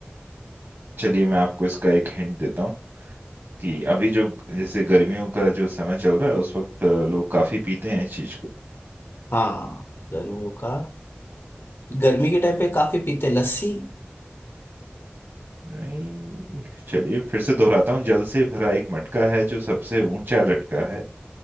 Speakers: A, on the right; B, on the left.
A: चलिए मैं आपको इसका एक हिंट देता हूँ कि अभी जो जैसे गर्मियों का जो समय चल रहा है उस वक्त अ, लोग काफी पीते हैं इस चीज को
B: हाँ गर्मियों का गर्मी के टाइम पे काफी पीते हैं। लस्सी
A: नहीं चलिए फिर से दोहराता हूँ जल से भरा एक मटका है जो सबसे ऊंचा लटका है